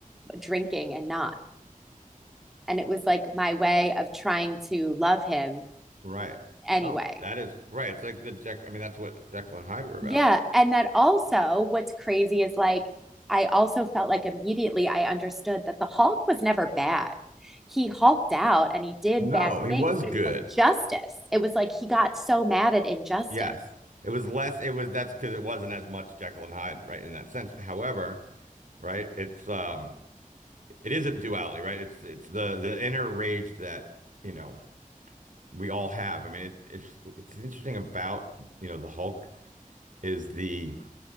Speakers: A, in the centre; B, on the right (about 65°).
A: drinking and not. And it was like my way of trying to love him
B: Right.
A: anyway.
B: Oh, that is right. It's like the Jack. I mean, that's what Jekyll and Hyde were about.
A: Yeah. And that also, what's crazy is like, I also felt like immediately I understood that the Hulk was never bad. He hulked out and he did
B: No,
A: bad
B: he
A: things,
B: was
A: but
B: good.
A: it was like justice. It was like he got so mad at injustice.
B: Yes. It was less, it was that's because it wasn't as much Jekyll and Hyde, right, in that sense. However, right, it's um it is a duality, right? It's it's the the inner rage that, you know, we all have. I mean, it it's it's interesting about, you know, the Hulk is the